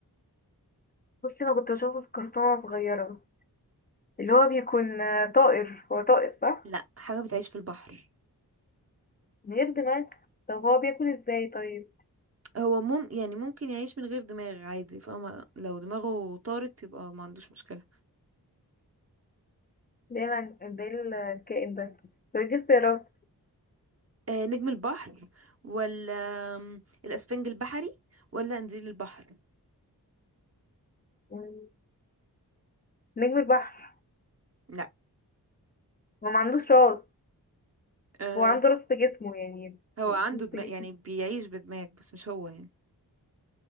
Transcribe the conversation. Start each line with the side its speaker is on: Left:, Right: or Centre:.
Left: بصي انا كنت بشوفه في كرتونة وأنا صغيرة اللي هو بيكون آه، طائر هو طائر صح؟
Right: لا حاجة بتعيش في البحر
Left: من غير دماغ طب هو بياكل ازاي طيب؟
Right: هو مم يعني ممكن يعيش من غير دماغ عادي فاهمة لو دماغه طارت يبقى ما عندوش مشكلة
Left: ده الع- ده الكائن ده طب دي اختيارات
Right: آه نجم البحر ولا آم، الأسفنج البحري ولا قنديل البحر
Left: مم، نجم البحر
Right: لا
Left: هو ما عندوش راس
Right: آه
Left: هو عنده رص في جسمه يعني
Right: هو عنده
Left: نص
Right: دماغ
Left: جسمه
Right: يعني بيعيش بدماغ بس مش هو يعني